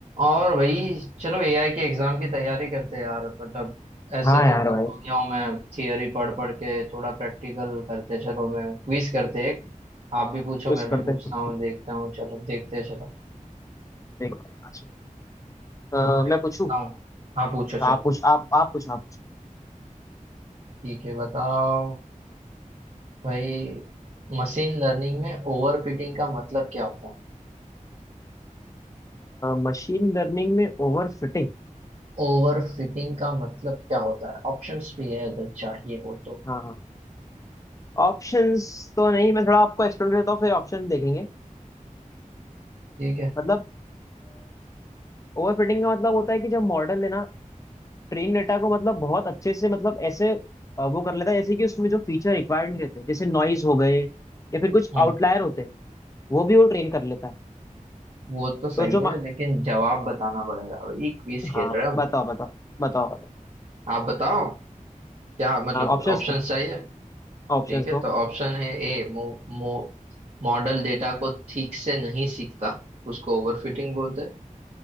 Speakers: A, on the right; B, on the left.
A: और भाई चलो एआई के एग्जाम की तैयारी करते हैं यार मतलब ऐसे
B: हाँ
A: तो
B: यार
A: बोर
B: भाई
A: हो गया हूँ मैं थियरी पढ़ पढ़ के थोड़ा प्रैक्टिकल करते हैं। चलो मैं क्विज करते हैं एक आप भी पूछो
B: कुछ
A: मैं भी
B: करते
A: पूछता
B: हैं।
A: हूँ देखता हूँ चलो देखते हैं चलो
B: देखते हैं आज अ,
A: मैं
B: मैं
A: पूछता
B: पूछूं
A: हूँ हाँ पूछो चलो
B: आप पूछ आप आप पूछ आप पूछ
A: ठीक है बताओ भाई मशीन लर्निंग में ओवरफिटिंग का मतलब क्या होता है
B: मशीन लर्निंग में ओवर फिटिंग
A: ओवरफिटिंग का मतलब क्या होता है ऑप्शंस भी है अगर चाहिए हो तो
B: हाँ हाँ ऑप्शंस तो नहीं मैं थोड़ा आपको एक्सप्लेन करता हूँ फिर ऑप्शन देखेंगे
A: ठीक है
B: मतलब ओवर फिटिंग का मतलब होता है कि जब मॉडल है ना ट्रेन डेटा को मतलब बहुत अच्छे से मतलब ऐसे अ, वो कर लेता है जैसे कि उसमें जो फीचर रिक्वायर्ड नहीं रहते जैसे नॉइज हो गए या फिर कुछ
A: हम्म
B: आउटलायर होते हैं वो भी वो ट्रेन कर लेता है
A: वो तो सही
B: तो जो
A: है
B: मा-
A: लेकिन जवाब बताना पड़ेगा ये क्विज खेल
B: हाँ
A: रहे हैं हम
B: बताओ बताओ बताओ बताओ
A: आप बताओ क्या मतलब
B: ऑप्शंस
A: ऑप्शंस
B: दो
A: चाहिए
B: ऑप्शंस
A: ठीक है
B: दो
A: तो ऑप्शन है ए मो, मो, मॉडल डेटा को ठीक से नहीं सीखता उसको ओवरफिटिंग बोलते हैं